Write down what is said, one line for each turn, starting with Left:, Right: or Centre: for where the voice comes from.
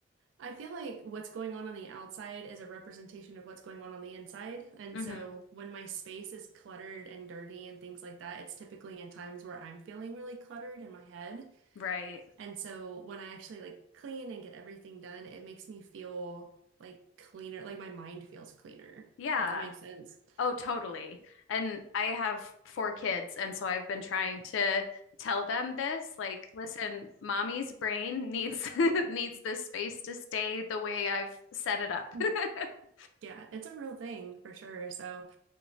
Right: I feel like what's going on on the outside is a representation of what's going on on the inside. And
Left: hmm
Right: so when my space is cluttered and dirty and things like that, it's typically in times where I'm feeling really cluttered in my head.
Left: Right.
Right: And so when I actually like clean and get everything done, it makes me feel like cleaner, like my mind feels cleaner,
Left: Yeah.
Right: if that makes sense. <laughs>
Left: Oh, totally. And I have four kids, and so I've been trying to tell them this, like, listen, mommy's brain needs <laughs> needs this space to stay the way I've set it up.
Right: Mhm.
Left: <laughs>
Right: Yeah, it's a real thing for sure. So